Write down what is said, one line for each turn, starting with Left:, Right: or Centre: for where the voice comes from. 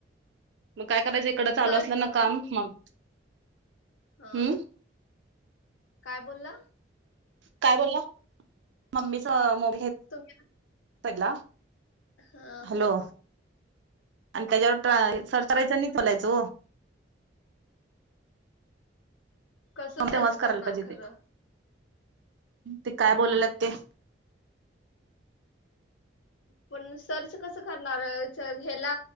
Right: मग काय करायचं इकडं चालू
Left: सर्च
Right: असलं ना
Left: करून
Right: काम मग
Left: हां.
Right: हम्म.
Left: काय बोलला?
Right: काय बोलला, मम्मीचं मो
Left: तुम्ही
Right: <unintelligible>
Left: हा.
Right: हॅलो आणि त्याच्यावर सर्च करायचं आणि बोलायचो.
Left: कसं
Right: म
Left: सर्च
Right: तेव्हाच करायला
Left: करणार
Right: पाहिजे
Left: खरं?
Right: ते. ते काय बोलाल्यात ते.
Left: पण सर्च कस करणारला